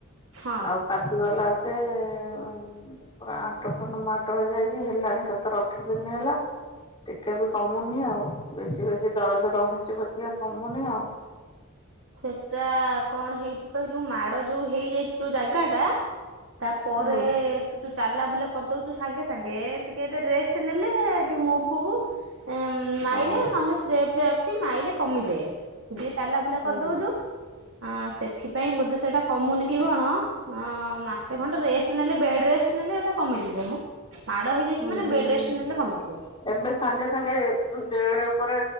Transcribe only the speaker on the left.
ଆଉ ପାଜିବାଲା ଅଛେ <unintelligible> ପୁରା ଆଣ୍ଟ ଫଣ୍ଡ ମାଟ ହେଇଯାଇଛି ହେଲାଣି ସତର ଅଠର ଦିନ ହେଲା। ଟିକେ ବି କମୁନି ଆଉ ବେଶୀ-ବେଶୀ ଦରଜ ରହିଚି <unintelligible> କମୁନି ଆଉ।
ହୁଁ
ହଁ
ହୁଁ
ହୁଁ
ଏବେ ସାଙ୍ଗେ-ସାଙ୍ଗେ ବେଡ୍ ଉପରେ